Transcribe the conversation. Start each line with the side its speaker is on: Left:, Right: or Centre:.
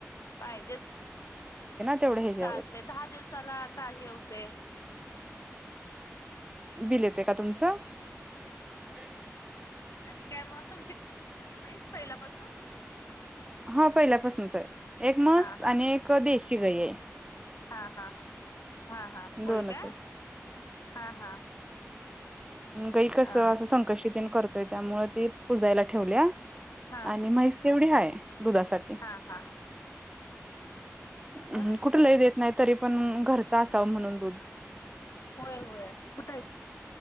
Left: पाहिजे
Right: तेवढं ह्याच्यावर
Left: चालते दहा दिवसाला आता हे होते
Right: बिल येते का तुमचं? <unintelligible>
Left: आणि काय मगं तुमची म्हैस पहिल्यापासून?
Right: हा पहिल्यापासूनच आहे. एक मस
Left: हा हा
Right: आणि एक देशी. <inaudible>
Left: हा हा. हा हा होय
Right: दोनच
Left: काय
Right: आहेत
Left: हा हा..
Right: गायी कसं
Left: अ
Right: असं संकष्ट त्यानी करत त्यामुळें ती पुजायला ठेवल्या.
Left: हा
Right: आणि म्हैस तेवढी हाय. दुधासाठी,
Left: हा हा मग
Right: हम्म कुठ लय देत. नाही तरी पण घरचा <unintelligible>
Left: होय होय कुठं आहेत.